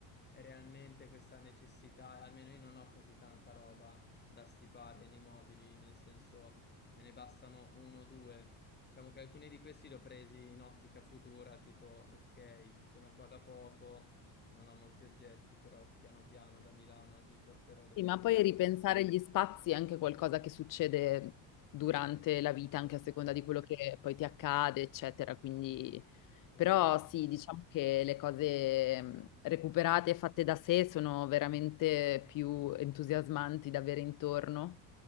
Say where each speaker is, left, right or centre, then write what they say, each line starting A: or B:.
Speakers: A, on the left; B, on the left.
A: realmente questa necessità, almeno io non ho così tanta roba da stipare nei mobili, nel senso me ne bastano uno o due. Diciamo che alcuni di questi li ho presi in ottica futura, tipo ok, sono qua da poco, non ho molti oggetti, però piano piano da Milano mi porterò delle
B: Sì, ma
A: cose.
B: poi ripensare gli spazi è anche qualcosa che succede durante la vita,
A: Esatto,
B: anche a seconda di quello che poi ti accade, eccetera. Quindi,
A: esatto,
B: però sì, diciamo che le cose mh, recuperate e fatte da sé sono veramente più entusiasmanti da avere intorno.